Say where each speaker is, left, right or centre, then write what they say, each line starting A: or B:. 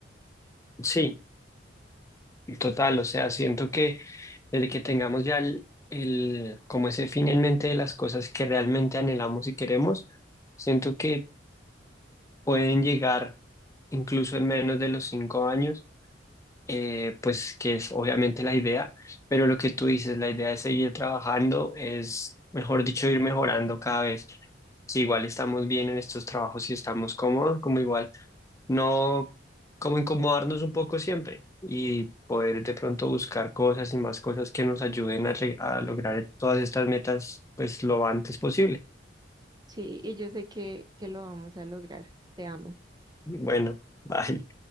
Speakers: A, on the left; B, on the right.
A: Sí, total, o sea, siento que desde que tengamos ya el, el- como ese fin en mente de las cosas que realmente anhelamos y queremos, siento que pueden llegar incluso en menos de los cinco años, eh, pues que es obviamente la idea, pero lo que tú dices, la idea es seguir trabajando, es, mejor dicho, ir mejorando cada vez. Si igual estamos bien en estos trabajos y estamos cómodos, como igual no como incomodarnos un poco siempre y poder de pronto buscar cosas y más cosas que nos ayuden a, re- a lograr todas estas metas pues lo antes posible.
B: Sí, y yo sé que, que lo vamos a lograr. Te amo.
A: Bueno, <laughs> bye.